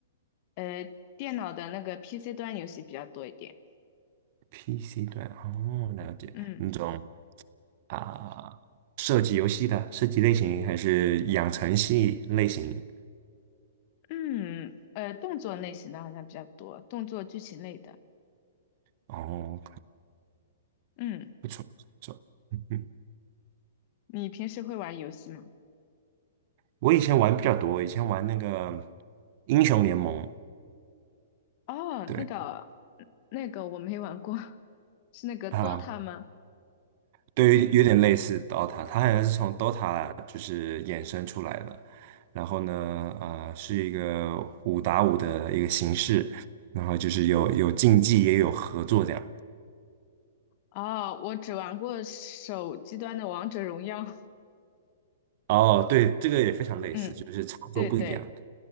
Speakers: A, on the left; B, on the right.
A: 呃电脑的那个 PC 端游戏比较多一点。
B: PC 端哦，了解那种
A: 嗯。
B: 啊、射击游戏的射击类型，还是养成系类型？
A: 嗯，呃，动作类型的好像比较多，动作剧情类的。
B: 哦，
A: 嗯，
B: 不错不错，嗯嗯，
A: 你平时会玩游戏吗？
B: 我以前玩比较多，以前玩那个英雄联盟，
A: 哦，那个，
B: 对
A: 那个我没玩过，<laughs> 是那个
B: 啊，
A: Dota 吗？
B: 对，有点类似 DOTA，它好像是从 DOTA 就是衍生出来的，然后呢，啊、是一个五打五的一个形式，然后就是有有竞技也有合作这样。
A: 哦，我只玩过手机端的王者荣耀。<laughs>
B: 哦，对，这个也非常类似，
A: 嗯，
B: 就是操作不一样的。
A: 对对